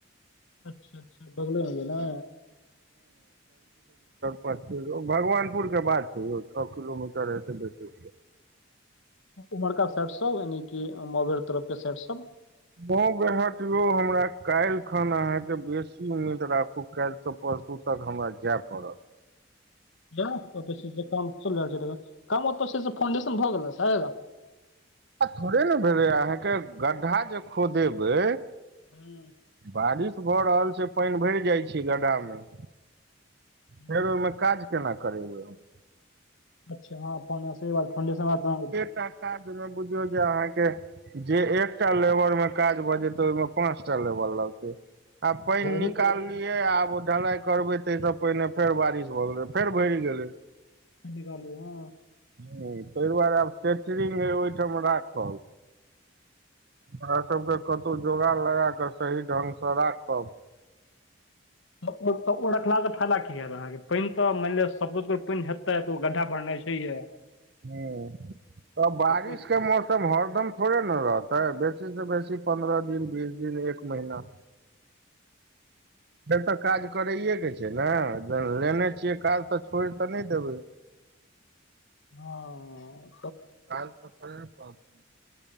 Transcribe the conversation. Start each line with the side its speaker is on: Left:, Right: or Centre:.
Left: अच्छा! अच्छा! बगलेमे ने।
Right: पचीस भगवानपुरके बात छै यौ, छओ किलोमीटर हेतै बेसी
Left: उम्हाड़का साइड सँ यानि कि म तरफ के साइडट सँ।
Right: मऊ बेहट यौ हमरा काल्हि खन अहाँके बेसी उम्मीद राखू काल्हि त परसू तक हमरा जाय पड़त।
Left: ओ क काम ओऽ फाउंडेशन भऽ गेल। <unintelligible>
Right: थोड़े ने भेलै अहाँके गड्ढा जे खोदेेबै।
Left: हूँ
Right: बारिश भऽ रहल छै, पानि भरि जाइ छै गड्ढा मे।
Left: हूँ
Right: फेर ओहिमे काज केना करेबै हम।
Left: अच्छा हँ। <unintelligible>
Right: एकटा काज ओमे बुझियौ जे अहाँके। जे एकटा लेबर मे काज भऽ जेतै, ओहिमे पाँच टा लेबर लगतै। आ पानि
Left: गेल
Right: निकाललियै आब ओ ढलाई करबै तै सँ पहिने फेर बारिश भऽ गेलै, फेर भरि गेलै।
Left: सही कहलियै हँ।
Right: ह ताहि दुआरे आब सेटरिंग ओहिठाम राखल। ओकरा सबके कतहु जोगड़ लगा कऽ सही ढ्ंगसँ राखब।
Left: ओ रखला से फायदा की हयत अहाँके, पानि तऽ मानि लिअ सब पानि हेतै तऽ ओ गड्ढा भरनाइ छै। ठीक यै।
Right: हु तऽ बारिश
Left: हँ
Right: के मौ सम हरदम थोड़े ने रहतै बेसीसँ बेसी पन्द्रह दिन बीस दिन एक महिना। फेर तऽ काज करैये के छै ने लेने छियै काज तऽ छोड़ि तऽ नहि देबै।
Left: हँ
Right: काज तऽ करहे परत।